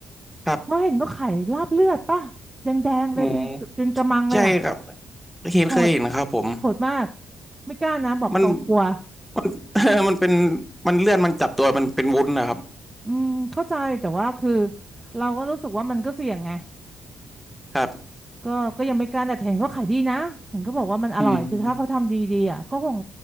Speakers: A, in the centre; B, on the right.
A: ครับ
B: เขาเห็นก็ขายลาบเลือดป่ะแดงๆเลยเป็นเป็นกะมังเลยอ่ะ
A: หมูใช่ครับเห็นเคยเห็นครับผม
B: โหดโหดมากไม่กล้านะบอกตรงกลัว
A: มันมัน <laughs> มันเป็นมันเลื่อนมันจับตัวมันเป็นวุ้นนะครับ
B: อืมเข้าใจแต่ว่าคือเราก็รู้สึกว่ามันก็เสี่ยงไง
A: ครับ
B: ก็ก็ยังไม่กล้าแต่เห็นก็ขายดีนะ เห็นก็บอกว่ามันอร่อยคือถ้าเขาทำดีๆอ่ะก็คง
A: อืม